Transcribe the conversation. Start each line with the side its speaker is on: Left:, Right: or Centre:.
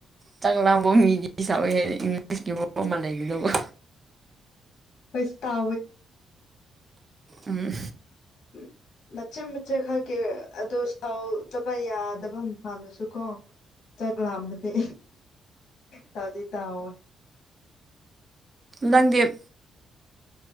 Right: ꯆꯥꯛꯥꯡꯐꯧ ꯃꯤꯒꯤ ꯁꯋ ꯏꯪꯂꯤꯁꯀꯤꯐꯥꯎ ꯑꯃ ꯂꯩꯕꯗꯧꯕ
Left: ꯄꯩꯁ ꯇꯦꯗ
Right: ꯎꯝ
Left: ꯎꯝ ꯅꯆ ꯆ ꯈꯛꯀꯤꯦ ꯑꯗꯨ ꯁꯥꯎꯗꯕ ꯌꯥꯗꯕ ꯑꯃ ꯄꯥꯜꯅꯁꯨ ꯀꯣ ꯆꯠ ꯂꯝꯕꯗꯤ ꯇꯥꯗꯤ ꯇꯥꯑꯣꯦ
Right: ꯂꯪꯗꯦꯝ